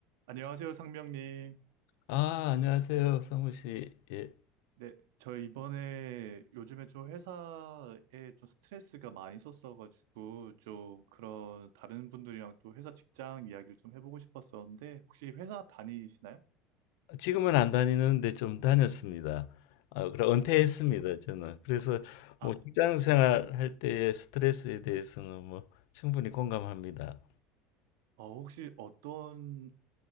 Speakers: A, on the right; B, on the left.
A: 안녕하세요, 상명님.
B: 아, 안녕하세요, 성우 씨. 예.
A: 네, 저 이번에 요즘에 좀 회사에 좀 스트레스가 많이 있었어가지고 좀 그런 다른 분들이랑 또 회사 직장 이야기를 좀 해보고 싶었었는데 혹시 회사 다니시나요?
B: 지금은 안 다니는데 좀 다녔습니다. 아, 그래, 은퇴했습니다, 저는. 그래서 뭐
A: 아,
B: 직장 생활할 때의 스트레스에 대해서는 뭐 충분히 공감합니다.
A: 어, 혹시 어떤